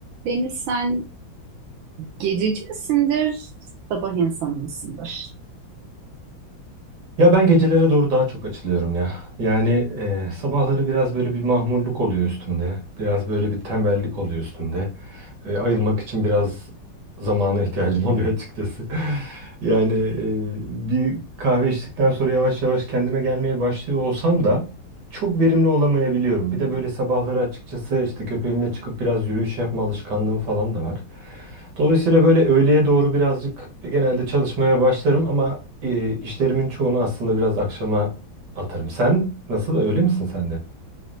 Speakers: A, on the right; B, on the right.
A: Deniz sen gececi misindir, sabah insanı mısındır?
B: Ya ben gecelere doğru daha çok açılıyorum ya. Yani e, sabahları biraz böyle bir mahmurluk oluyor üstümde. Biraz böyle bir tembellik oluyor üstümde. E, ayılmak için biraz zamana ihtiyacım <laughs> oluyor açıkçası. Yani e, bir kahve içtikten sonra yavaş yavaş kendime gelmeye başlıyor olsam da çok verimli olamayabiliyorum. Bir de böyle sabahları açıkçası işte köpeğimle çıkıp biraz yürüyüş yapma alışkanlığım falan da var. Dolayısıyla böyle öğleye doğru birazcık genelde çalışmaya başlarım ama e, işlerimin çoğunu aslında biraz akşama atarım. Sen nasıl öyle misin sen de?